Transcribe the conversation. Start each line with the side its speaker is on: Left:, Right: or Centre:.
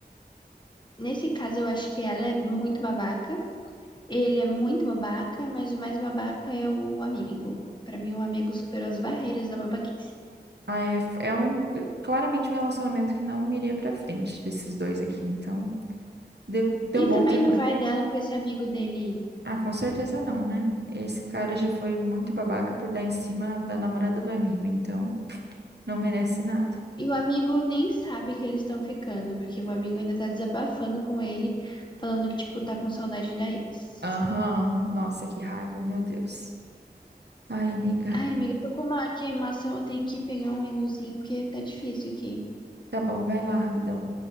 Left: Nesse caso, eu acho que ela é muito babaca. Ele é muito babaca, mas o mais babaca é o amigo. Pra mim, o amigo superou as barreiras da babaquice.
Right: Ah, é, f- é um, é claramente um relacionamento que não iria pra frente desses dois aqui, então deu, deu
Left: E
Right: bom
Left: também
Right: terminar.
Left: não vai dela com esse amigo dele aí.
Right: Ah, com certeza não, né? Esse cara já foi muito babaca por dar em cima da namorada do amigo, então não merece nada.
Left: E o amigo nem sabe que eles estão ficando, porque o amigo ainda tá desabafando com ele, falando que, tipo, tá com saudade da ex.
Right: Aham, Nossa, que raiva, meu Deus. Ai, amiga.
Left: Ai, amiga, tô com uma queimação, eu tenho que pegar um enozinho, porque tá difícil aqui.
Right: Tá bom, vai lá, rapidão.